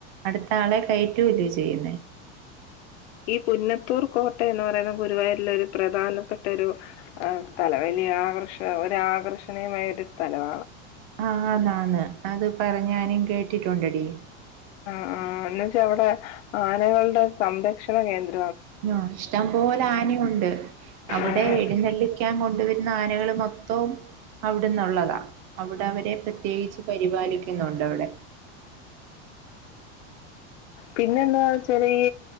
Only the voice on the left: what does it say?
ഈ പുന്നത്തൂർ കോ ട്ടഎന്നുപറയുന്ന ഗുരുവായൂരിലൊരു പ്രദാനപ്പെട്ടരു അ സ്ഥലവാല്ലിയൊ ആകർഷക ഒരാകർഷണീയമായൊരു സ്ഥലവ
ആ ന്ന്ച്ചാവ്ടെ ആനകൾടെ സംരക്ഷണകേന്ദ്രവ
ആഹ്.
പിന്നെന്താച്ചാൽല്